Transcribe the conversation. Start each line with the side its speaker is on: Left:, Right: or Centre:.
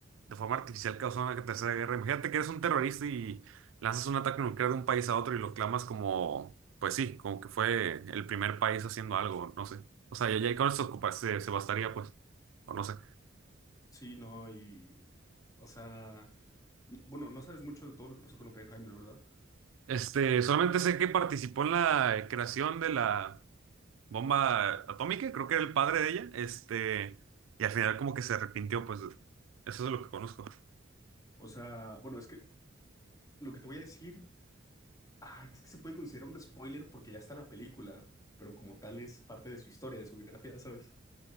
Right: de forma artificial causar una tercera guerra. Imagínate que eres un terrorista y lanzas un ataque nuclear de un país a otro y lo clamas como, pues sí, como que fue el primer país haciendo algo, no sé. O sea, ya, ya con eso ocupar- se, se bastaría pues, o no sé.
Left: Sí, no, y... O sea, n- bueno, no sabes mucho de todo lo que pasó con Oppenheimer, ¿verdad?
Right: Este, solamente sé que participó en la creación de la bomba atómica, creo que era el padre de ella, este, y al final como que se arrepintió, pues eso es lo que conozco.
Left: O sea, bueno, es que lo que te voy a decir Ah, es que se puede considerar un spoiler porque ya está la película, pero como tal es parte de su historia, de su biografía, ¿sabes?